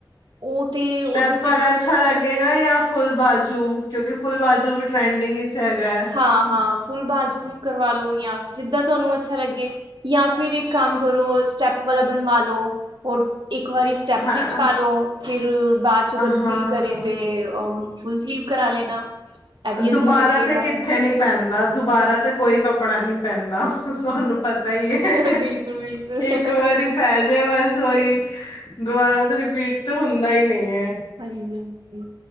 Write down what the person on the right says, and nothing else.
ਉਹ ਤੇ
ਉਹਦੇ
ਤੇ
ਫੁੱਲ
ਹਾਂ ਹਾਂ ਫੁੱਲ ਬਾਜੂ ਵੀ ਕਰਵਾ ਲਓ, ਜਾਂ ਜਿੱਦਾਂ ਤੁਹਾਨੂੰ ਅੱਛਾ ਲੱਗੇ ਜਾਂ ਫਿਰ ਇੱਕ ਕੰਮ ਕਰੋ, ਸਟੈਪ ਵਾਲਾ ਬਣਵਾ ਲੋ ਹੋਰ ਇੱਕ ਵਾਰੀ ਚੈਪ
ਵਿੱਚ ਪਾਲੋ, ਫਿਰ ਬਾਅਦ ਚ ਕਦੇ
ਦਿਲ ਕਰੇ ਤੇ ਉਹਨੂੰ ਫੁੱਲ ਸਲੀਵ ਕਰਾ ਲੈਣਾ ਇਹ ਵੀ ਅੱਛਾ
ਲੱਗੇਗਾ
ਹਾਂ
ਬਿਲਕੁਲ ਬਿਲਕੁਲ
ਹਾਂਜੀ ਹਾਂ,